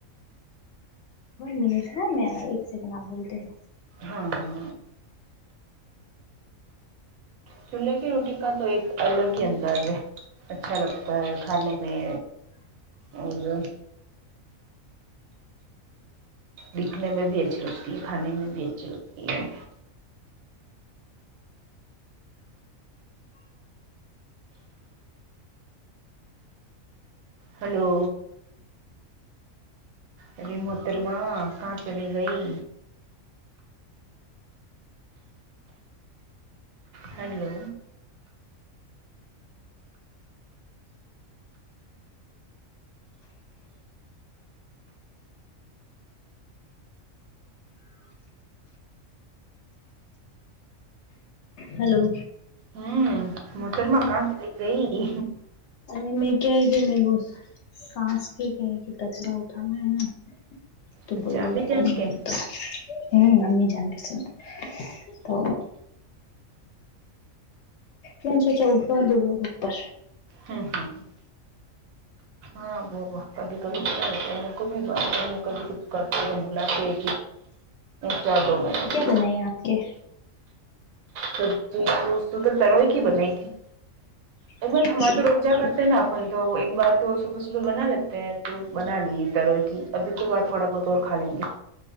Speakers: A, on the left; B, on the right.
A: اور منٹ ہےا میں ایک سیکنڈ آپ بولتے رہے
B: ہاں ہاں چولہے کی روٹی کا تو ایک الگ ہی انداز ہے اچھا لگتا ہے کھانے میں اور دکھنے میں بھی اچھی لگتی ہے کھانے میں بھی اچھی لگتی ہے ہلو ارے موہترما کھا چلی گیی ہیلو
A: ہیںلو
B: ہاں موحترما کھا چلی گیی
A: ا میں کیا کہ م گ سانس کی کہے کہ کچرا اٹھانا ہے نا تو
B: اچھا
A: بلا
B: امی
A: اٹتا
B: جان
A: ہے
B: کے
A: ہوں عمی جان ساتھ ہے تو من چے سے اٹھوا ل اور اوپر
B: ہوں ہوں ہ ہاں وہ کبھی کبھی بلا رہتے کبھی کبھی کچھ کرتے تو بلاتے چار دو مہنے
A: بنائیے آپ کے
B: سبزی تو تروئی کی بنائی تھی ای
A: اچھا
B: ہمارے تو روہ کا نا اپن تو ایک بار تو صبح صبح بنا لیتے ہے تو بنا لی ترو کی ابھی کے بعد تھوڑا بہت اور کھا لینگے